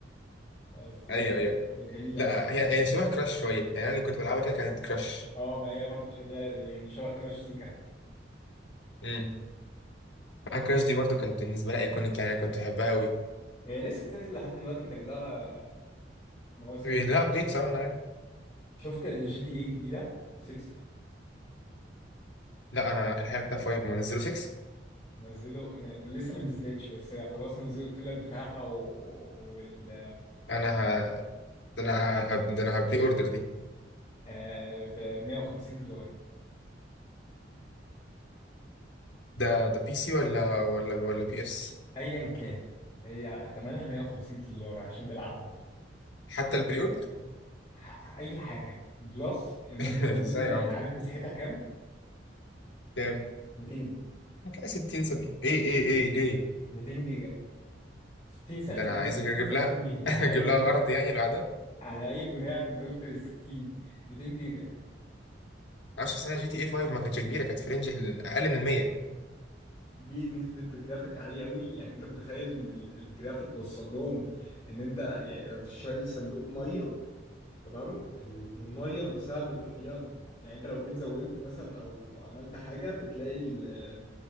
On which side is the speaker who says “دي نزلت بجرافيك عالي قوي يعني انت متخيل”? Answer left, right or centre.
Left